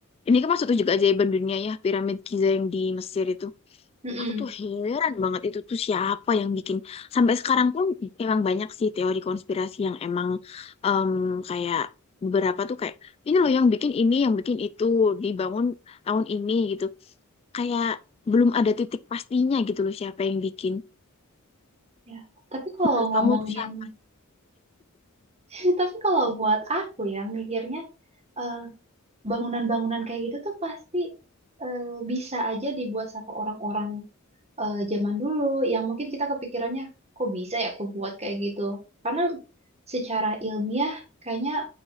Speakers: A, on the left (about 25°); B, on the right (about 30°).
A: ini kan masuk juga ajaiban dunia ya, piramid Giza yang di Mesir itu.
B: Mm-mm.
A: Aku tuh heran banget itu tuh siapa yang bikin. Sampai sekarang pun emang banyak sih teori konspirasi yang emang em, kayak beberapa tuh kayak ini loh yang bikin ini, yang bikin itu dibangun tahun ini gitu. Kayak belum ada titik pastinya gitu loh siapa yang bikin.
B: Ya, tapi kalau
A: Menurut
B: ngomongin,
A: kamu tuh siapa?
B: <laughs> tapi kalau buat aku ya mikirnya eh, bangunan-bangunan kayak gitu tuh pasti eh, bisa aja dibuat sama orang-orang eh, zaman dulu yang mungkin kita kepikirannya kok bisa ya kebuat kayak gitu. Karena secara ilmiah kayaknya